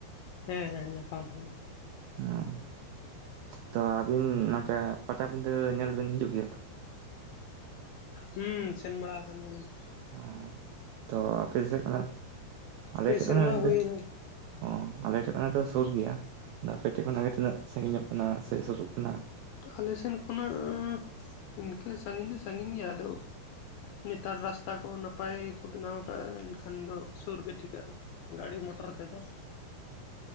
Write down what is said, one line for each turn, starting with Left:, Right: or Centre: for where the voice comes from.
Left: ᱦᱮᱸ ᱦᱮᱸ ᱧᱟᱯᱟᱢ ᱦᱩᱭ
Right: ᱚᱸ ᱛᱚ ᱟᱹᱵᱤᱱ ᱱᱚᱛᱮ ᱯᱟᱴᱟᱵᱤᱸᱫᱟᱹ ᱧᱮᱞ ᱵᱤᱱ ᱦᱤᱡᱩᱜ ᱜᱮᱭᱟ ᱛᱚ?
Left: ᱦᱩᱸ ᱥᱮᱱ ᱵᱟᱲᱟ ᱟᱠᱟᱱ ᱜᱮᱭᱟ. ᱞᱤᱧ᱾
Right: ᱚ ᱛᱚ ᱟᱯᱮ ᱥᱮᱫ ᱠᱷᱚᱱᱟᱜ, ᱟᱞᱮ
Left: ᱯᱮ
Right: ᱥᱮᱫ
Left: ᱥᱮᱨᱢᱟ
Right: ᱠᱷᱚᱱᱟᱜ <unintelligible>
Left: ᱦᱩᱭᱱᱟ
Right: ᱚ ᱟᱞᱮ ᱮᱴᱷᱮᱡ ᱠᱷᱚᱱᱟᱜ ᱫᱚ ᱥᱩᱨ ᱜᱤᱭᱟ᱾ ᱟᱫᱚ ᱟᱯᱮ ᱴᱷᱮᱡ ᱠᱷᱚᱱᱟᱜ ᱜᱮ ᱛᱤᱱᱟᱹᱜ ᱥᱟᱺᱜᱤᱱᱚᱜ ᱠᱟᱱᱟ ᱥᱮ ᱥᱩᱨᱩᱜ ᱠᱟᱱᱟ?
Left: ᱟᱞᱮ ᱥᱮᱱ ᱠᱷᱚᱱᱟᱜᱻ ᱤᱱᱠᱟᱹ ᱥᱟᱺᱜᱤᱧ ᱫᱚ ᱥᱟᱺᱜᱤᱧ ᱜᱮᱭᱟ ᱟᱫᱚ ᱱᱮᱛᱟᱨ ᱨᱟᱥᱛᱟ ᱠᱚ ᱱᱟᱯᱟᱭ ᱠᱚ ᱵᱮᱱᱟᱣ ᱟᱠᱟᱜᱼᱟ ᱮᱱᱠᱷᱟᱱ ᱫᱚ ᱥᱩᱨ ᱜᱮ ᱴᱷᱤᱠᱟᱹᱜᱼᱟ᱾ ᱜᱟᱹᱰᱤ ᱢᱚᱴᱚᱨ ᱛᱮ ᱫᱚ᱾